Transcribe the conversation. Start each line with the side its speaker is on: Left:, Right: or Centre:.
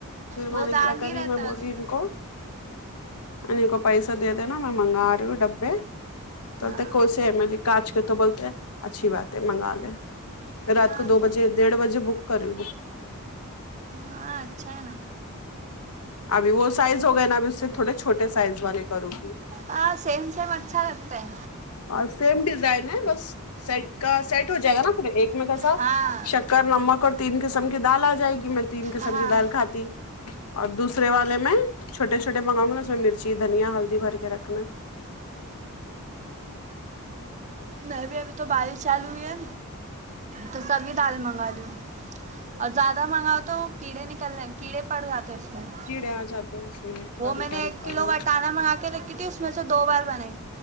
Left: پھر میں
Right: وہ
Left: نے
Right: داغ
Left: کیا کری
Right: ہی رہتا
Left: میں
Right: ہے
Left: بولی
Right: اس
Left: ان کو نہیں کو پیسہ دے دینا میں منگا رہی ہوں ڈبے تو بولتے
Right: ہاں
Left: کوسے ہے میں بولی کانچ پھر تو بولتے ہیں اچھی بات ہے منگا لے رات
Right: ہاں
Left: کو دو
Right: تو
Left: بجے ڈیڑھ بجے بک کری
Right: ہاں اچھا ہے نا
Left: ابھی وہ سائز ہو گئے نا ابھی اس سے تھوڑے چھوٹے سائز والے کرو گی
Right: ہاں سیم سیم اچھا لگتا ہے
Left: اور سیم ڈیزائن ہے بس سیٹ کا سیٹ ہو جائے گا نا پھر ایک میں کیسا
Right: ہاں
Left: شک کر نمک اور تین قسم کی دال آ جائے گی میں تین قسم
Right: ہاں
Left: کی دال کھاتی اور دوسرے والے میں چھوٹے چھوٹے منگاؤ گی نا اس میں مرچی دھنیا ہلدی بھر کے رکھنا
Right: میں بھی ابھی تو بارش چالو ہوئی ہے تو سبھی دال منگا لی ہوں اور زیادہ منگاؤ تو کیڑے نکلنے کیڑے پڑ جاتے ہیں اس
Left: کیڑے آ جاتے ہیں اس میں
Right: وہ
Left: باریک
Right: میں نے
Left: باریک
Right: ایک
Left: والے
Right: کلو وٹانا منگا کے رکھی تھی اس میں سے دو بار بنای